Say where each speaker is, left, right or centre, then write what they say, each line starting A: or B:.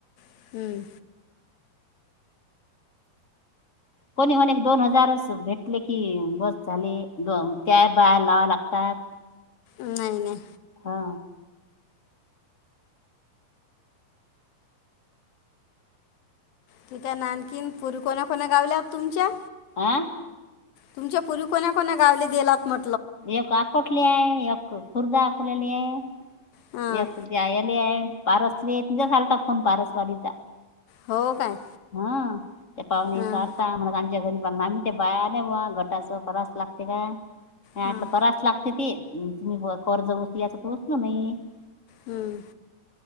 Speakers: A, on the left; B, on the left.
A: हम्म.
B: कोणी कोणी दोन हजारच भेटले कि बस झाले त्या बाहे लावा लागतात ह
A: नाहीय नाही
B: हा
A: ठीक आहे नानकीन पुरी कोणा कोणा गावल्या तुमच्या
B: हा
A: तुमच्या पुूरी कोणा कोणा गावले गलात म्ह
B: एक आकोटली आहे एक खुर्दा आखोलेली आहे
A: हां
B: एकयले आहे पारसली आहे तिझं ालतात फोन पारसवाडीचा
A: हो काय
B: हा त्या पाहणे
A: हां
B: चारता म्ह मा घरी बा आम्ही ते बाया बा गटाच करास लागते का
A: हां
B: आ करास लागत <unintelligible>
A: हम्म.